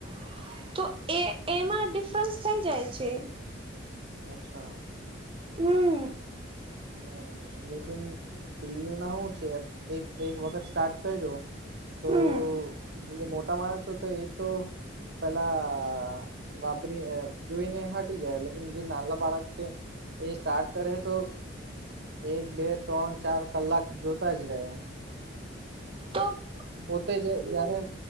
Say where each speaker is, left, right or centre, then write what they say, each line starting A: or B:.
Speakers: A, on the right; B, on the right.
A: - તો એ એમાં ડિફરન્સ થાય જાય છે. -
B: અચ્છા. -
A: હમ
B: હ લેકીન ટીવી ના શું છે એક એક વખત સ્ટાર્ટ કર્યુ તો
A: હમ
B: જે મોટા માણસો તો એ તો પેલા વાપરી જોઈને હટી જાય લેકન જે નાલા બાળક છે એ સ્ટાર્ટ કરે તો એક બે ત્રણ ચાર કલાક જોતા જ રહે. -
A: તો. -
B: પોતે જ્યારે